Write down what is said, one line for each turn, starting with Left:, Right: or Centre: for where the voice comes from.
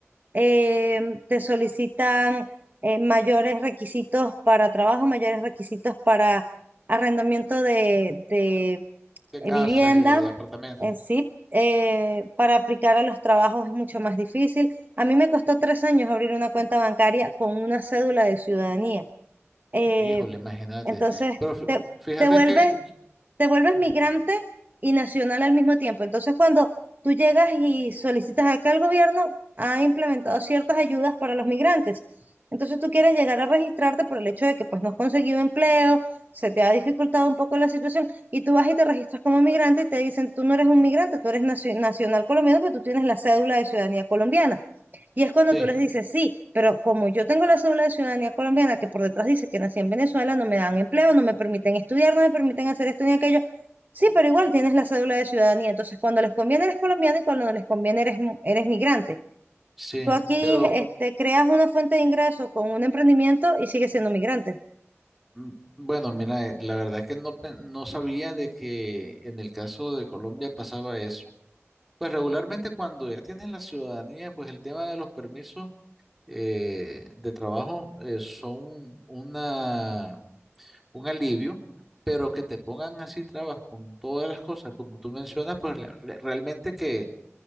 Right: eh, te solicitan eh, mayores requisitos para trabajo, mayores requisitos para arrendamiento de, de,
Centre: De
Right: eh,
Centre: casas
Right: vivienda,
Centre: y de apartamentos.
Right: en sí. eh, para aplicar a los trabajos es mucho más difícil. A mí me costó tres años abrir una cuenta bancaria con una cédula de ciudadanía. Eh,
Centre: Híjole, imagínate.
Right: entonces,
Centre: Pero fí-
Right: te,
Centre: fíjate
Right: te vuelves
Centre: que
Right: te vuelves
Centre: Ujú.
Right: migrante y nacional al mismo tiempo. Entonces, cuando tú llegas y solicitas acá el gobierno, ha implementado ciertas ayudas para los migrantes. Entonces, tú quieres llegar a registrarte por el hecho de que pues no has conseguido empleo, se te ha dificultado un poco la situación y tú vas y te registras como migrante y te dicen, tú no eres un migrante, tú eres nacio- nacional colombiano, pero tú tienes la cédula de ciudadanía colombiana. Y es cuando
Centre: sí,
Right: tú les dices, sí, pero como yo tengo la cédula de ciudadanía colombiana, que por detrás dice que nací en Venezuela, no me dan empleo, no me permiten estudiar, no me permiten hacer esto ni aquello Sí, pero igual tienes la cédula de ciudadanía. Entonces, cuando les conviene eres colombiano y cuando no les conviene eres, mu- eres migrante.
Centre: sí,
Right: Tú aquí
Centre: pero
Right: este, creas una fuente de ingreso con un emprendimiento y sigues siendo migrante.
Centre: mm, bueno, mira, eh, la verdad es que no pe- no sabía de que en el caso de Colombia pasaba eso. Pues regularmente cuando ya tienes la ciudadanía, pues el tema de los permisos eh, de trabajo eh, son una un alivio, pero que te pongan así trabas con todas las cosas, como tú mencionas, pues la- re- realmente que